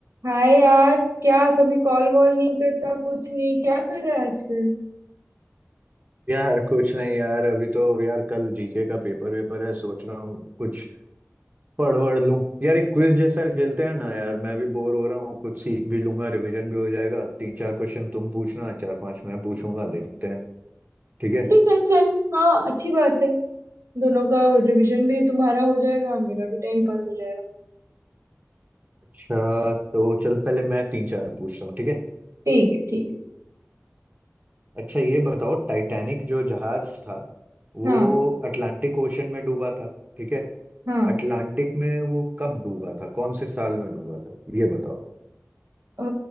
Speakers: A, on the right (about 80°); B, on the right (about 35°).
A: हाय यार क्या कभी कॉल वॉल नहीं करता कुछ नहीं क्या कर रहा है आजकल
B: यार कुछ नहीं यार अभी तो यार कल जीके का पेपर वेपर है सोच रहा हूँ कुछ पढ़ वढ़ लूं यार एक क्विज जैसा खेलते हैं ना यार मैं भी बोर हो रहा हूँ कुछ सीख भी लूंगा रिवीजन भी हो जाएगा तीन चार क्वेश्चन तुम पूछना चार पांच मैं पूछूंगा देखते हैं ठीक है
A: ठीक है चल हाँ अच्छी बात है दोनों का रिवीजन भी तुम्हारा हो जाएगा मेरा भी टाइम पास हो जाएगा
B: अच्छा तो चल पहले मैं तीन चार पूछता हूँ ठीक है
A: ठीक है ठीक
B: अच्छा ये बताओ टाइटैनिक जो जहाज था वो
A: है हाँ
B: अटलांटिक ओशन में डूबा था ठीक है
A: हाँ
B: अटलांटिक में वो कब डूबा था कौन से साल में डूबा था ये बताओ
A: अ,